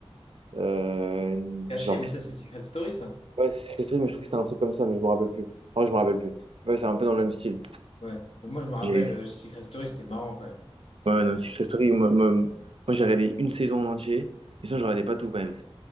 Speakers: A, on the right; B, on the left.
A: euh,
B: Cachée,
A: genre,
B: mais ça, c'est Secret Story, ça.
A: ouais, c'est Secret Story, mais je crois que c'était un truc comme ça, mais je me rappelle plus. En vrai, je me rappelle plus. Ouais, c'est un peu dans le même style.
B: Ouais. Bah, Moi, je me rappelle,
A: J'ai-
B: euh, Secret Story, c'était marrant quand même.
A: Ouais, non, mais Secret Story, moi, moi, moi, j'ai regardé une saison en entier, et ça, je regardais pas tout quand même.